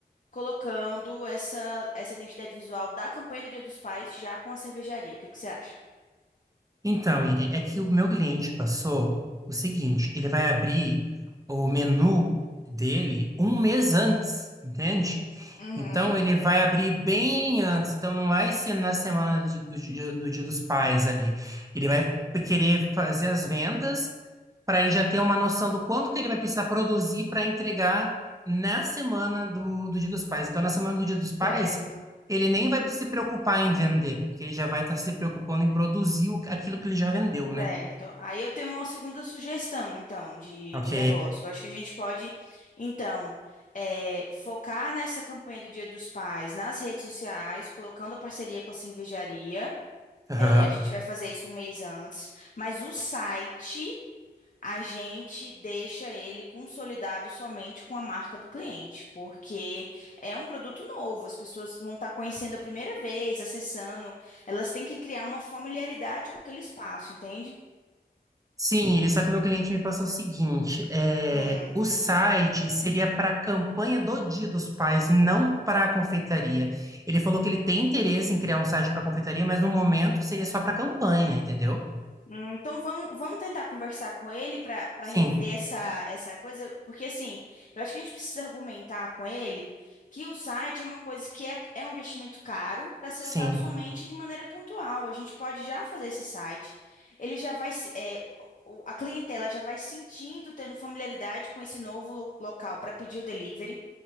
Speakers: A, on the left; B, on the right.
A: colocando essa, essa identidade visual da campanha do Dia dos Pais já com a cervejaria. O que que você acha?
B: Então, Iri, é que o meu cliente passou o seguinte: ele vai abrir o menu dele um mês antes, entende?
A: Uhum,
B: Então, ele vai abrir bem antes. Então, não vai ser na semana de- do, dia do Dia dos Pais ali. Ele vai querer fazer as vendas para ele já ter uma noção do quanto que ele vai precisar produzir para entregar na semana do, do Dia dos Pais. Então, na semana do Dia dos Pais.
A: certo.
B: Ele nem vai se preocupar em vender, porque ele já vai estar se preocupando em produzir o- aquilo que ele já vendeu, né?
A: Certo. Aí eu tenho uma segunda sugestão, então, de,
B: Ok.
A: de negócio. Eu acho que a gente pode, então, eh, focar nessa campanha do Dia dos Pais nas redes sociais, colocando a parceria com a cervejaria.
B: Aham.
A: Eh, a gente vai fazer isso um mês antes. Mas o site, a gente deixa ele consolidado somente com a marca do cliente, porque é um produto novo. As pessoas vão estar conhecendo a primeira vez, acessando. Elas têm que criar uma familiaridade com aquele espaço, entende?
B: Sim, ele, só que meu cliente me passou o seguinte: é,
A: Hum.
B: o site seria para a campanha do Dia dos Pais e não para a confeitaria. Ele falou que ele tem interesse em criar um site para a confeitaria, mas no momento seria só para a campanha, entendeu?
A: Hum, Então vamos, vamos tentar conversar com ele para para rever
B: Sim,
A: essa, essa coisa, porque assim, eu acho que a gente precisa argumentar com ele que o site é uma coisa que é, é um investimento caro para ser
B: sim,
A: usado somente de maneira pontual. A gente pode já fazer esse site, ele já vai, se- é, o- a clientela já vai sentindo, tendo familiaridade com esse novo lo- local para pedir o delivery.